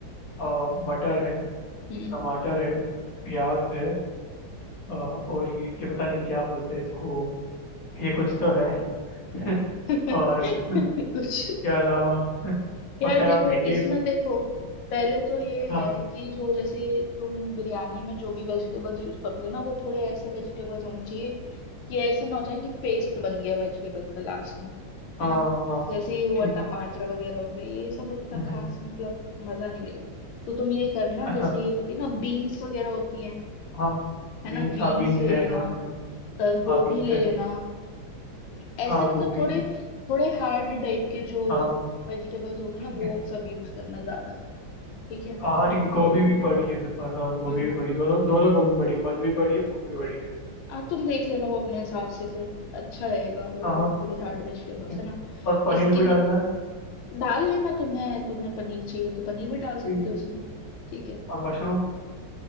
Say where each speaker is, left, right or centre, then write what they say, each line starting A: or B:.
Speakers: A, on the left; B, on the left.
A: अ, मटर है
B: हम्म
A: टमाटर है प्याज है अ, और ये क्या पता नहीं क्या बोलते हैं इसको ये कुछ तो है <laughs>
B: <laughs>
A: और इसके
B: कुछ
A: अलावा <laughs>
B: यार
A: उसके अलावा
B: देखो
A: भिंडी
B: इसमें देखो पहले तो ये
A: हाँ
B: है कि जो जैसे तुम बिरयानी में जो भी वेजिटेबल्स यूज करोगे ना वो थोड़े ऐसे वेजिटेबल्स होने चाहिए कि ऐसे ना हो जाए कि पेस्ट बन गया वेजिटेबल का लास्ट में
A: हाँ
B: है ना
A: हाँ
B: जैसे ये हुआ
A: ठीक
B: टमाटर
A: है
B: वगैरह हो गए ये सब उतना
A: हम्म,
B: खास
A: हम्म,
B: मतलब मजा नहीं लेगा तो तुम ये करना
A: अच्छा
B: जैसे ये होती है ना बीन्स वगैरह होती हैं
A: हाँ
B: है
A: बीन्स
B: ना बीन्स
A: हाँ बीन्स
B: ले
A: है
B: लेना
A: हाँ है ना
B: अ,
A: हाँ
B: गोभी
A: बीन्स
B: ले
A: है
B: लेना ऐसे
A: हाँ
B: मतलब
A: गोभी
B: थोड़े थोड़े हार्ड टाइप के जो
A: हाँ
B: वेजिटेबल्स होंगे ना
A: ठीक
B: वो
A: है
B: सब यूज करना ज्यादा ठीक है
A: हाँ हाँ, ठीक है गोभी भी पड़ी है मेरे पास हाँ गोभी
B: हाँ
A: भी
B: हाँ
A: पड़ी है, दोनों दोनों गोभी पड़ी है बंद भी पड़ी है फूल भी पड़ी है
B: आ, तुम देख लेना वो अपने हिसाब से फिर अच्छा रहेगा वो
A: हाँ हाँ
B: थोड़े हार्ड वेजिटेबल्स
A: ठीक है
B: है ना
A: और पनीर
B: इसके
A: भी
B: लिए
A: डालना है
B: डाल लेना तुम्हें तुम्हें पनीर चाहिए हो तो पनीर भी डाल
A: ठीक
B: सकते
A: है
B: हो उसमें ठीक है
A: और मशरूम